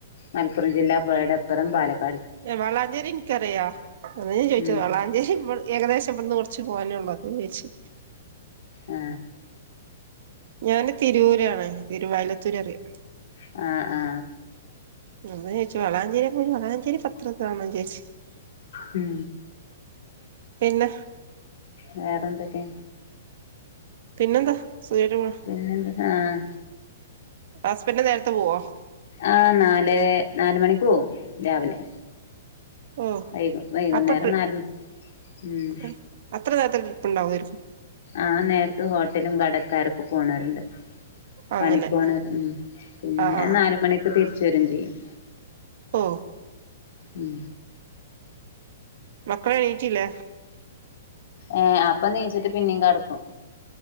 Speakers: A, on the left (about 50°); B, on the right (about 45°).
A: മലപ്പുറം ജില്ലാ പുഴയുടെ <unintelligible>
B: ഏ വളാഞ്ചേരി ഇനിക് അറിയാ അതാ ഞാൻ ചോദിച്ചത്
A: ഉം
B: വളാഞ്ചേരി ഏകദേശം ഇവിടുന്ന് കുറച്ച്
A: ആ
B: ഞാന് തിരൂർ ആണ് തിരുവയലത്തൂർ അറിയാം
A: ആ ആ
B: <unintelligible>
A: മം
B: പിന്നെ
A: വേറെ എന്തൊക്കെ
B: പിന്നെന്താ സുഖായിട്ട് പോണ്
A: പിന്നെന്താ ആഹ്
B: ഹസ്ബന്റ് നേരത്തെ പോവോ
A: ആ നാലെ നാലുമണിക്ക് പോവും രാവിലെ
B: <unintelligible>
A: വൈകും വൈകുന്നേരം നാല് മ ഉം
B: ഉണ്ടാവെര്ക്കും
A: ആ നേരത്ത് ഹോട്ടലും വടക്കാരൊക്കെ പോണോരുണ്ട് പണിക്ക്
B: അങ്ങനെ
A: പോണോരും മം പിന്നെ
B: ആ ആ
A: നാലുമണിക് തിരിച്ചു വരും ചെയ്യും
B: ഓ
A: ഉം
B: മക്കൾ എണീറ്റില്ലേ
A: ഏ അപ്പൊ നീച്ചിട്ട് പിന്നിം കടക്കും